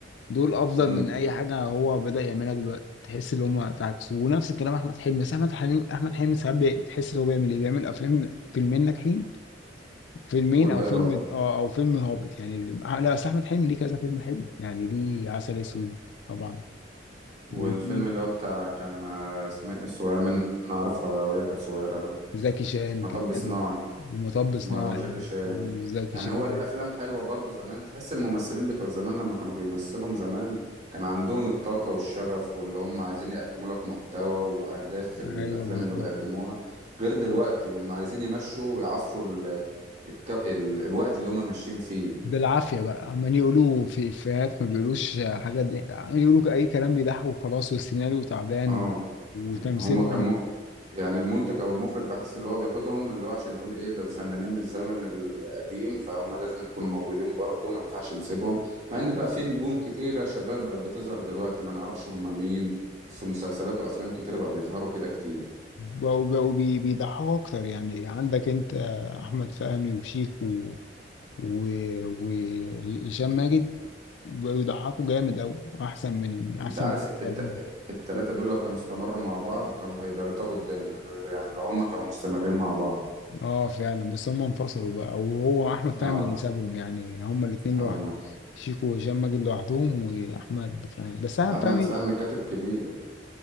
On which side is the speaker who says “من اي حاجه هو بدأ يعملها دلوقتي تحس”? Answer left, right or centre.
Left